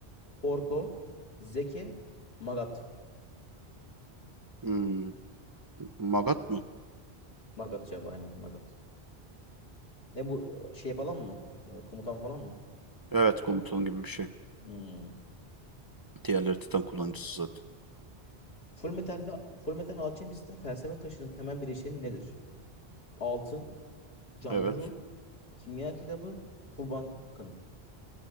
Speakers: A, on the left; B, on the right.
A: Porco, Zeki, Magat.
B: Hmm, Magat mı?
A: Magat cevabı aynen Magat. Ne bu şey falan mı? Ee, komutan falan mı?
B: Evet komutan gibi bir şey.
A: Hmm.
B: Diğerleri Titan kullanıcısı zaten.
A: Full Metal'de, Full Metal Alchemist'te felsefe taşının temel bileşeni nedir? Altın, canlı
B: Evet.
A: ruh, kimya kitabı, kurban kanı.